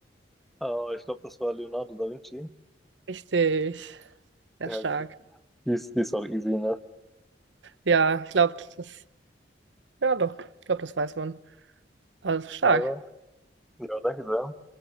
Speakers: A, in the centre; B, on the right.
A: Äh, ich glaube, das war Leonardo da Vinci.
B: Richtig, sehr
A: Ja,
B: stark.
A: Die ist, die ist auch easy, ne?
B: Ja, ich glaube, das, ja doch, ich glaube, das weiß man. Also stark.
A: Ja, ja, danke sehr.